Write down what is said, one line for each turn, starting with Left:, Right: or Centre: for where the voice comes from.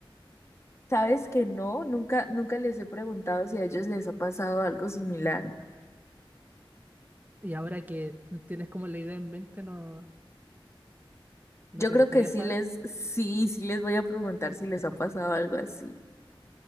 Left: Sabes que no, nunca, nunca les he preguntado si a ellos les ha pasado algo similar.
Right: Y ahora que tienes como la idea en mente, ¿no, no
Left: Yo
Right: te
Left: creo
Right: gustaría
Left: que sí
Right: saber?
Left: les, sí, sí les voy a preguntar si les ha pasado algo así.